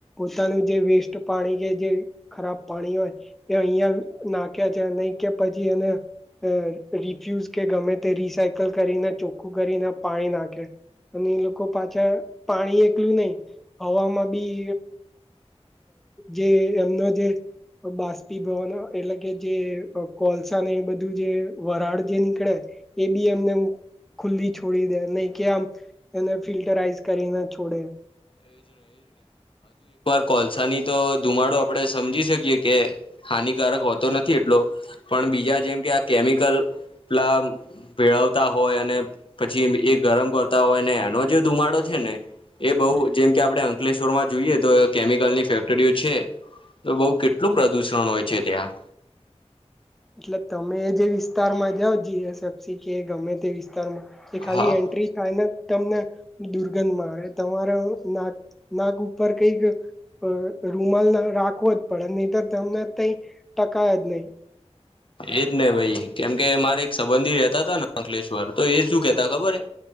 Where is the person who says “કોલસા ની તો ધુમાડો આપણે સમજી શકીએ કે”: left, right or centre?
Left